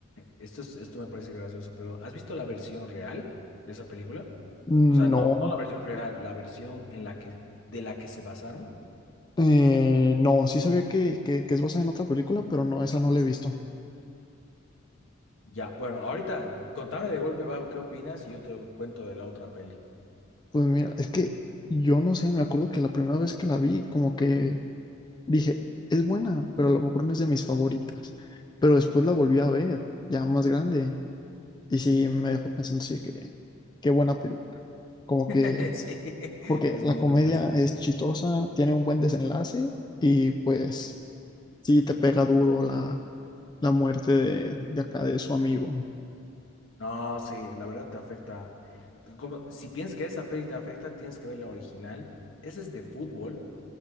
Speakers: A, on the left (about 70°); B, on the left (about 20°).
A: Esto es- esto me parece gracioso, pero ¿has visto la versión real de esa película?
B: no,
A: O sea, no, no la versión real, la versión en la que, de la que se basaron.
B: eh, no, sí sabía que, que, que es basada en otra película, pero no, esa no la he visto.
A: Ya, bueno, ahorita contame de golpe bajo qué opinas y yo te cuento de la otra peli.
B: Pues mira, es que yo no sé, me acuerdo que la primera vez que la vi, como que dije, es buena, pero a lo mejor no es de mis favoritas. Pero después la volví a ver, ya más grande, y sí me dejó pensando, sí, que qué buena película. Como
A: <laughs>
B: que,
A: Sí,
B: porque
A: es
B: la
A: muy
B: comedia
A: gracioso.
B: es chistosa, tiene un buen desenlace, y pues sí te pega duro la, la muerte de, de acá, de su amigo.
A: No, sí, la verdad te afecta. Como, si piensas que esa peli te afecta, tienes que ver la original. Ese es de fútbol,